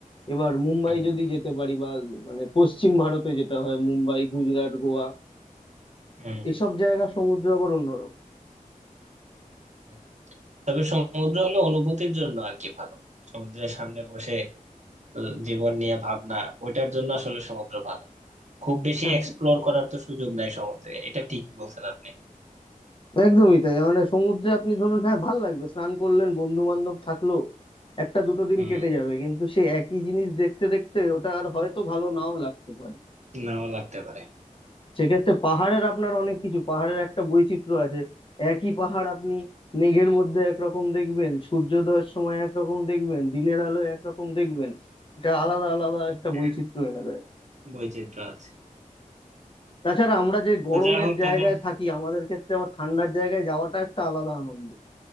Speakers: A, on the left (about 40°); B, on the right (about 55°).
A: এবার মুম্বাই
B: হুম
A: যদি যেতে পারি বা মানে পশ্চিম ভারতে যেটা হয় মুম্বাই গুজরাট গোয়া
B: হুম
A: এসব জায়গার সমুদ্র আবার অন্যরকম
B: হুম। তবে সমুদ্র হলো অনুভূতির জন্য আর কি ভালো সমুদ্রের সামনে বসে আহ, জীবন নিয়ে ভাবনা ওইটার জন্য আসলে সমুদ্র ভালো খুব বেশি
A: হ্যাঁ
B: এক্সপ্লোর করার তো সুযোগ নাই সমুদ্রে এটা ঠিকই বলছেন আপনি
A: একদমই তাই মানে সমুদ্রে আপনি ধরুন হ্যাঁ ভাল লাগবে স্নান করলেন বন্ধু বান্ধব থাকলো একটা দুটো দিন
B: হুম
A: কেটে যাবে কিন্তু সেই একই জিনিস দেখতে দেখতে ওটা আর হয়তো ভালো নাও লাগতে পারে
B: নাও লাগতে পারে
A: সেক্ষেত্রে পাহাড়ের আপনার অনেক কিছু পাহাড়ের একটা বৈচিত্র্য আছে একই পাহাড় আপনি মেঘের মধ্যে একরকম দেখবেন সূর্যোদয়ের সময় একরকম দেখবেন দিনের আলোয় একরকম দেখবেন এটা আলাদা আলাদা একটা
B: হ্যাঁ
A: বৈচিত্র্য এনে দেয়
B: বৈচিত্র্য আছে
A: তাছাড়া আমরা যে গরমের
B: তো যা হোক
A: জায়গায়
B: দাদা
A: থাকি আমাদের ক্ষেত্রে আবার ঠান্ডার জায়গায় যাওয়াটা একটা আলাদা আনন্দ